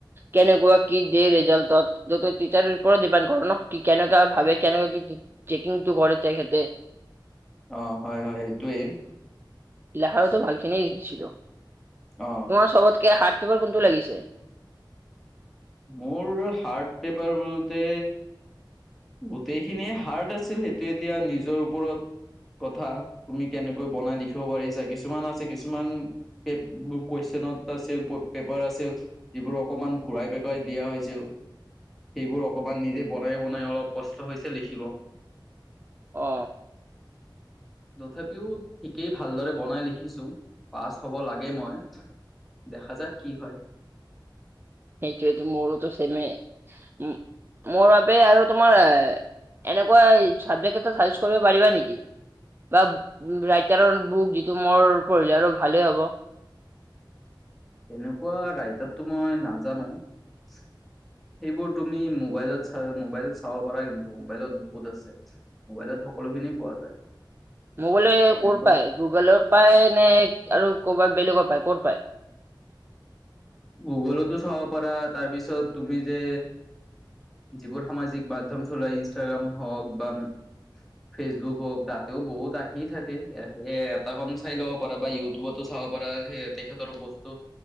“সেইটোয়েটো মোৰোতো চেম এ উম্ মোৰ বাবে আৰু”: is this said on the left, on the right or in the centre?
Right